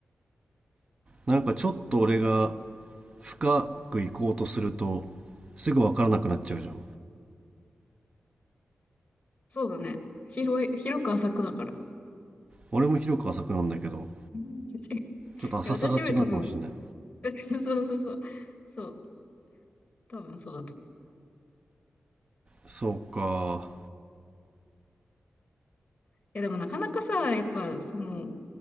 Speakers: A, on the right (about 25°); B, on the left (about 25°).
A: なんかちょっと俺が深く行こうとするとすぐ分からなくなっちゃうじゃん
B: そうだね。広い、広く浅くだから。
A: 俺も広く浅くなんだけど
B: うん <laughs> い
A: ちょっと浅さが違うかもしれない。
B: や、私より多分、<laughs> そうそうそう。そう、多分そうだと思う
A: そうか。
B: や、でもなかなかさ、やっぱ、その、